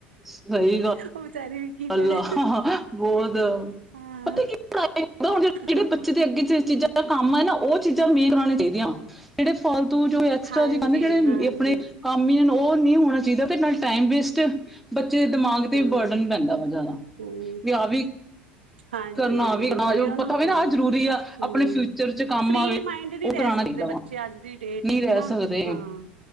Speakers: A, in the centre; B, on the right (about 85°).
A: ਸਹੀ ਗੱਲ
B: ਉਹ ਵਿਚਾਰੇ ਵੀ
A: ਅੱਲਾ
B: ਕਰੇ
A: ਬਹੁਤ।
B: ਹਾਂ
A: ਪਤਾ ਕੀਆ ਜਿਹੜੇ
B: ਹਾਂ
A: ਬੱਚੇ ਦੇ ਅੱਗੇ ਚ ਇਹ ਚੀਜ਼ਾਂ ਕੰਮ ਹੈ ਨਾ ਉਹ ਚੀਜ਼ਾਂ ਮੇਨ ਕਰਾਉਣੀਆਂ ਚਾਹੀਦੀਆਂ ਜਿਹੜੇ ਫਾਲਤੂ ਜੋ ਐਕਸਟਰਾ
B: ਹਾਂਜੀ
A: ਕਹਿੰਦੇ ਜਿਹੜੇ
B: ਹਾਂਜੀ
A: ਆਪਣੇ ਕੰਮ ਹੀ ਉਹ ਨਹੀਂ ਹੋਣਾ ਚਾਹੀਦਾ ਤੇ ਨਾਲ ਟਾਈਮ ਵੇਸਟ ਬੱਚੇ ਦੇ ਦਿਮਾਗ ਤੇ
B: ਹਾਂ
A: ਬਰਡਨ ਪੈਂਦਾ। ਜਿਆਦਾ
B: ਹਮ
A: ਵੀ ਆਹ ਵੀ।
B: ਹਾਂਜੀ,
A: ਕਰਨਾ
B: ਹਾਂਜੀ
A: ਆਹ ਵੀ ਕਰਨਾ
B: ਉਹੀਓ
A: ਪਤਾ
B: ਨਾ
A: ਵੀ
B: ਹਾਂ
A: ਆਹ ਜ਼ਰੂਰੀ ਆ
B: ਹਮ
A: ਆਪਣੇ ਫਿਊਚਰ ਚ ਕੰਮ
B: ਫ੍ਰਰੀ
A: ਆਵੇ।
B: ਮਾਈੰਡ ਨਹੀਂ
A: ਉਹ
B: ਰਹਿ
A: ਕਰਾਉਣਾ
B: ਸਕਦੇ
A: ਚਾਹੀਦਾ
B: ਬੱਚੇ।
A: ਵਾ
B: ਬੱਚੇ ਅੱਜ ਦੀ ਡੇਟ
A: ਨਹੀਂ
B: ਵਿਚ
A: ਰਹਿ
B: ਨਾ
A: ਸਕਦੇ
B: ਹਾਂ।